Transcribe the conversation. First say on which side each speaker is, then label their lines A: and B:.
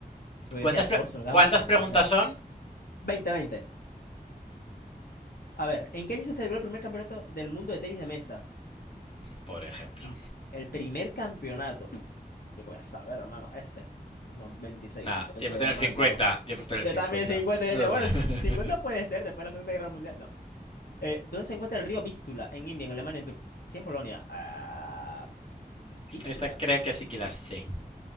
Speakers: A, on the left; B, on the left.
A: Porque
B: ¿Cuántas,
A: decía el
B: pre-
A: Corso, el Gamo,
B: ¿Cuántas
A: pero
B: preguntas
A: no puede ser.
B: son?
A: Veinte, veinte. A ver, ¿en qué año se celebró el primer campeonato del mundo de tenis de mesa?
B: Por ejemplo.
A: ¿En qué- el primer campeonato. Pff, Yo qué voy a saber, hermano. Este. Pues no, 26,
B: Nada, yo
A: el
B: he
A: que
B: puesto
A: era
B: en el
A: más
B: 50.
A: antiguo.
B: Yo he puesto en el
A: Yo
B: 50.
A: también 50. y
B: <laughs>
A: decía, bueno, 50 puede ser después de la Segunda Guerra Mundial. No. Eh, ¿dónde se encuentra el río Vístula? En India, en Alemania, en Turquía, en Polonia. Ah, Vístula.
B: Esta creo que sí que la sé.